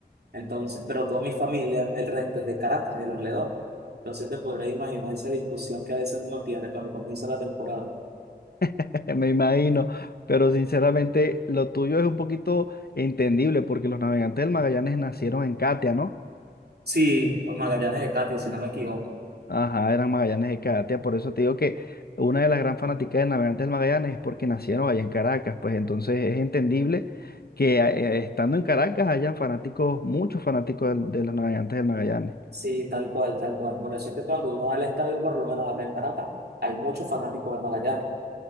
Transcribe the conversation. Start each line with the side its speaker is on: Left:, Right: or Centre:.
Right: Entonces, pero toda mi familia, el resto es de Caracas, de Los Leones. Entonces te podrás imaginar esa discusión que a veces uno tiene cuando comienza la temporada.
Left: <laughs> me imagino. Pero sinceramente lo tuyo es un poquito entendible porque los navegantes del Magallanes nacieron en Catia, ¿no?
Right: Sí, o Magallanes de Catia, si no me equivoco.
Left: Ajá, eran Magallanes de Catia, por eso te digo que una de las gran fanáticas de Navegantes del Magallanes es porque nacieron allá en Caracas, pues entonces es entendible que eh, estando en Caracas hayan fanáticos, muchos fanáticos del- de, los Navegantes del Magallanes.
Right: Sí, tal cual, tal cual. Por eso es que cuando uno va al estadio, por lo menos acá en Caracas, hay muchos fanáticos de Magallanes,